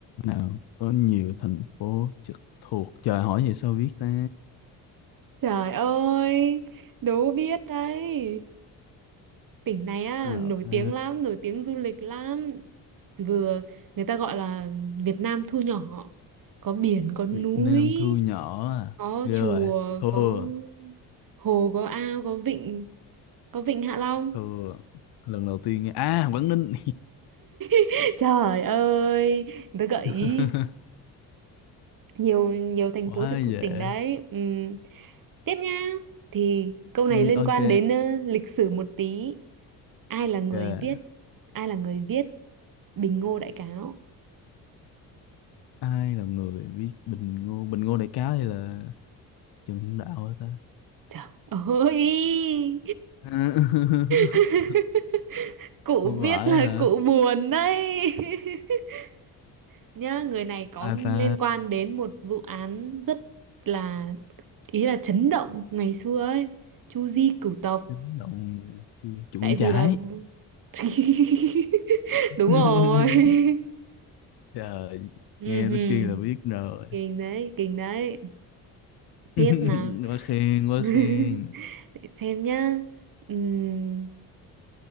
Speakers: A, on the left; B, on the right.
A: nào có nhiều thành phố trực thuộc trời hỏi vậy sao biết ta
B: trời ơi đố biết đấy tỉnh này á
A: nào
B: nổi
A: ta
B: tiếng lắm nổi tiếng du lịch lắm vừa người ta gọi là Việt Nam thu nhỏ có biển có núi
A: Việt Nam thu nhỏ à
B: có
A: ghê
B: chùa
A: vậy thua
B: có hồ có ao có vịnh có vịnh Hạ Long
A: thua lần đầu tiên nghe à Quảng Ninh
B: <laughs> trời ơi người ta gợi ý
A: <laughs>
B: nhiều nhiều thành
A: quá
B: phố trực
A: dễ
B: thuộc tỉnh đấy Ừm, tiếp nha thì câu này
A: ừ,
B: liên
A: ok
B: quan đến ờ, lịch sử một tí ai là người
A: ok
B: viết ai là người viết Bình Ngô Đại Cáo
A: ai là người viết Bình Ngô Bình Ngô Đại Cáo hay là Trần Hưng Đạo hả ta
B: trời ơi
A: <laughs>
B: <laughs> cụ
A: không
B: biết
A: phải
B: là
A: hả
B: cụ buồn đấy <laughs> nhá người này có
A: ai ta
B: liên quan đến một vụ án rất là ý là chấn động ngày xưa ấy Chu Di cửu tộc
A: chấn động chưa Chu
B: tại
A: Nguyễn
B: vì
A: Trãi
B: là vụ- <laughs> đúng
A: <laughs>
B: rồi <laughs>
A: trời
B: Ừhừm,
A: nghe tới kia là biết rồi
B: kinh đấy kinh đấy tiếp
A: <laughs>
B: nào
A: quá khen quá
B: <laughs>
A: khen
B: để xem nhá Ừm,